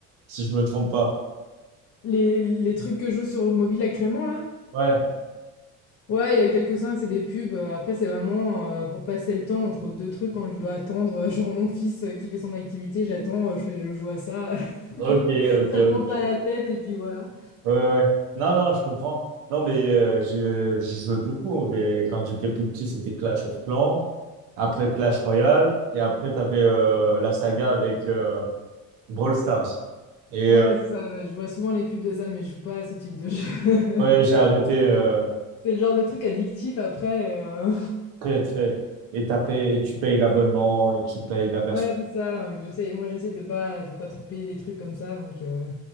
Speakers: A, on the right (about 85°); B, on the left (about 45°).
A: Si je me trompe pas.
B: les, les trucs que je joue sur mobile actuellement là,
A: Ouais.
B: Ouais, il y a quelques-uns, c'est des pubs. euh, Après, c'est vraiment euh, pour passer le temps entre deux trucs quand je dois attendre. euh, Genre mon fils euh, qui fait son activité, j'attends, euh, je fais, je joue à ça.
A: Ok,
B: <laughs>
A: ok,
B: Ça prend
A: ok.
B: pas la tête et puis voilà.
A: Ouais, ouais. ouais. Non, non, je comprends. Non, mais euh, je- j'y jouais beaucoup. Mais quand j'étais plus petit, c'était Clash of Clans. Après Clash Royale. Et après, tu avais la saga avec euh, Brawl Stars. Et
B: Ouais,
A: euh,
B: c'est ça. ouais, Je vois souvent les pubs de ça, mais je joue pas à ce type de jeu. <laughs>
A: ouais, j'ai arrêté euh,
B: C'est le genre de truc addictif après. et, euh,
A: très, très. Et, t'as payé- et tu payes l'abonnement et tu payes
B: <laughs>
A: la version.
B: Ouais, c'est ça. euh, Que j'essaie. Moi, j'essaie de pas de pas trop payer des trucs comme ça, donc. euh,